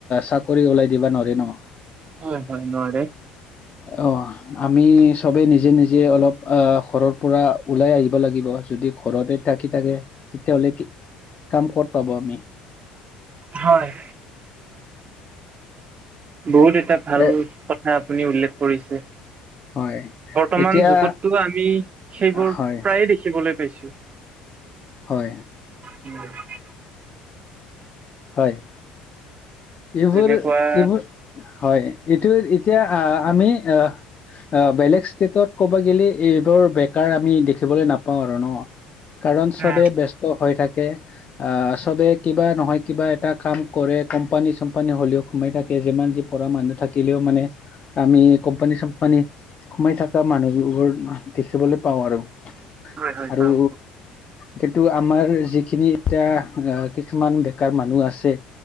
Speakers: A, on the left; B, on the right.
A: চাকৰি ওলাই দিবা নৱাৰে ন।
B: হয় হয় নোৱাৰে।
A: অ আমি চবে নিজে নিজে অলপ আহ ঘৰৰ পৰা ওলাই আহিব লাগিব যদি ঘৰতে, তাকে তাকে তেতিয়াহ'লে কি কাম ক'ত পাব আমি।
B: হয়, বহুত এটা ভাল
A: এ
B: কথা আপুনি উল্লেখ কৰিছে।
A: হয়,
B: বৰ্তমান
A: এতিয়া
B: যুগতো আমি সেইবোৰ
A: হয়,
B: প্ৰায়ে দেখিবলৈ পাইছো।
A: হয়।
B: <unintelligible>
A: হয় এইবোৰ
B: তেনেকুৱা
A: এইবোৰ। হয় এইটো এতিয়া আ আমি আহ। অ বেলেগ ষ্টেটত ক'ব গেলে এইবোৰ বেকাৰ আমি দেখিবলৈ নাপাওঁ আৰু ন। কাৰণ চবে
B: উম,
A: ব্যস্ত হৈ থাকে আ চবে। কিবা নহয় কিবা এটা কাম কৰে কোম্পানী চম্পানী হ'লেও সোমাই থাকে যিমান যি পঢ়া মানুহ থাকিলেও মানে। আমি কোম্পানী চোম্পানী। সোমাই থাকা মানুহবোৰ দেখিবলৈ পাওঁ আৰু
B: হয় হয়
A: আৰু
B: পাওঁ।
A: কিন্তু আমাৰ যিখিনি এতিয়া আ, কিছুমান বেকাৰ মানুহ আছে